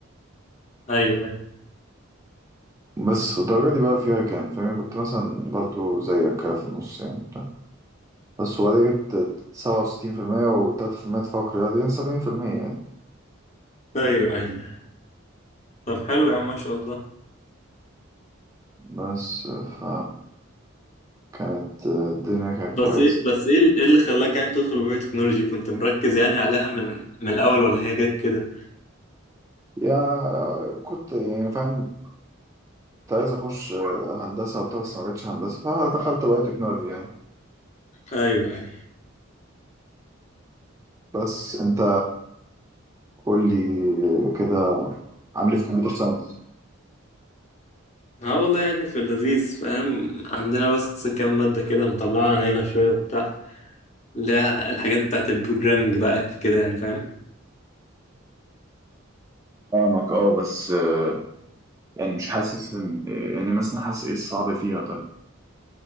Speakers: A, on the left; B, on the right.
A: ايوه ايوه
B: بس والدرجة دي بقى فيها كان فاهم يعني كنت مثلا برضو زيك كده في النص يعني بتاع بس وبعدين جبت سبعة وستين في المية وتلاتة في المية تفوق رياضي يعني سبعين في المية يعني
A: ايوه ايوه طب حلو يا عم ما شاء الله
B: بس ف كانت الدنيا كانت كويسة
A: بس ايه بس ايه ال- إيه اللي خلاك يعني تدخل بايو تكنولوجي كنت مركز يعني عليها من من الاول ولا هي جت كده
B: يا كنت يعني فاهم كنت عايز أخش هندسة وبتاع بس ما جاتش هندسة فدخلت بقى تكنولوجي يعني
A: ايوه ايوه
B: بس أنت قول لي كده عامل ايه في كمبيوتر ساينس
A: اه والله يعني في اللذيذ فاهم عندنا بس كام مادة كده مطلعة علينا شوية وبتاع اللي هي الحاجات بتاعت البروجرامنج بقى في كده يعني فاهم
B: فاهمك اه بس آه، يعني مش حاسس ان يعني مثلا حاسس ايه الصعب فيها طيب